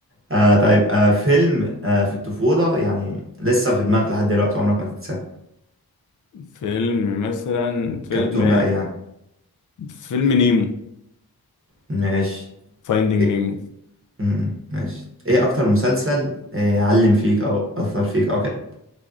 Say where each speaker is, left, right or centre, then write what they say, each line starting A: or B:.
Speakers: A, on the right (about 35°); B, on the left (about 50°).
A: آه، طيب آه، فيلم آه، في الطفولة يعني لسه في دماغك لحد دلوقتي عمرك ما تنساه
B: فيلم مثلا فيلم
A: كرتون بقى يعني
B: فيلم نيمو
A: ماشي
B: فايندينج
A: إيه؟
B: نيمو
A: أمم، ماشي إيه أكتر مسلسل آه، علم فيك أو أثر فيك أو كده؟